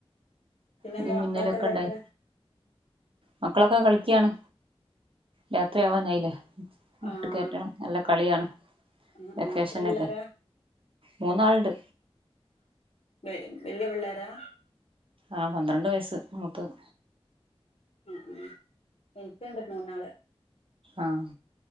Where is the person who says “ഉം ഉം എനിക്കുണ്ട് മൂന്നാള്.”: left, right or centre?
Left